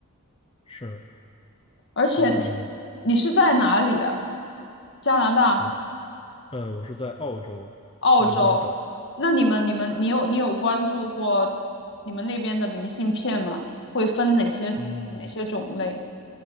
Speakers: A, on the left (about 25°); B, on the left (about 55°).
A: 是
B: 而且你
A: 他们
B: 你是在哪里啊？加拿大？
A: 我呃我是在澳洲，
B: 澳洲，
A: 在墨尔本，
B: 那你们、你们、你有、你有关注过你们那边的明信片吗？会分哪些哪些种类？
A: 嗯。